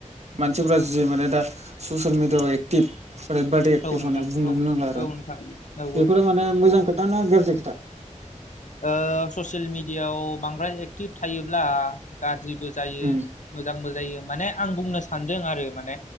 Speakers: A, on the right (about 55°); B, on the left (about 70°).
A: मानसिफोरा जि माने दा ससियेल मिडियाआव <unintelligible> रेद‌ बादे एक्टे
B: औ नोंथां
A: माने बुंनोनो
B: औ
A: रोंला आरो
B: औ नोंथां औ
A: बेफोरो माने मोजां खोथा ना गाज्रि खोथा?
B: ओ ससियेल मिडियाायाव बांद्राय एक्टिभ थायोब्ला गाज्रि बो जायो
A: उम
B: मोजांबो जायो। माने आं बुंनो सानदों आरो माने